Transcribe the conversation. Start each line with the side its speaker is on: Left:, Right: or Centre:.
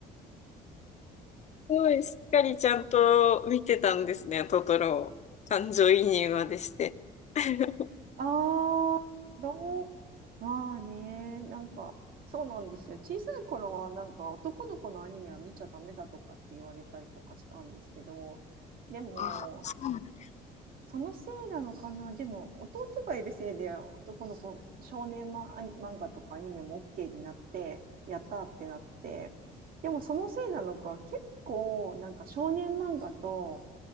Left: すごい、しっかりちゃんと見てたんですね、トトロを。感情移入までして。<laughs>
Right: ああ、どう、まあね、なんか、そうなんですよ。小さい頃は、なんか、男の子のアニメは見ちゃダメだとかって言われたりとかしたんですけど、でも、
Left: あ、そうなんだ
Right: そのせいなのかな。でも、弟がいるせいで、男の子、少年マ漫画とかアニメも OK になって、やったーってなって、でもそのせいなのか、結構、なんか少年漫画と